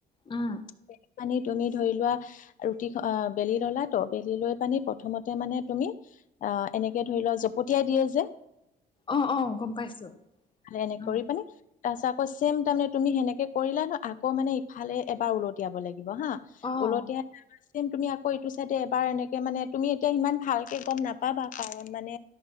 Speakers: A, on the left (about 30°); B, on the left (about 50°).
A: উম।
B: বেলি পানি তুমি ধৰি লোৱা ৰুটি বেলি ললা ত বেলি লৈ পানি প্ৰথমতে মানে তুম- যি আ এনেকে ধৰি লোৱা জপতিয়াই দিয়ে যে।
A: অ', অ', গম পাইছোঁ।
B: এনে
A: উম,
B: কৰি পেনে তাৰ পাছত আকৌ ছেম তাৰমানে তুমি সেনেকে কৰিলা ন আকৌ মানে ইফালে এবাৰ উলটিয়াবো লাগ- লাগিব হা
A: অ',
B: উলতিয়াই তাৰ পাছ- তুমি আকৌ এইটো চাইডে এবাৰ এনেকে মানে তুমি এতিয়া ইমান ভালকে গম নাপাবা কাৰণ মানে